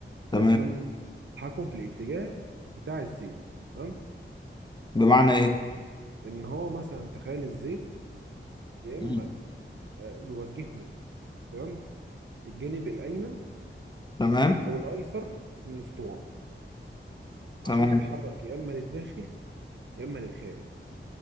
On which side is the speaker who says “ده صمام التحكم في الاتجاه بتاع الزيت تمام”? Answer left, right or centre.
Right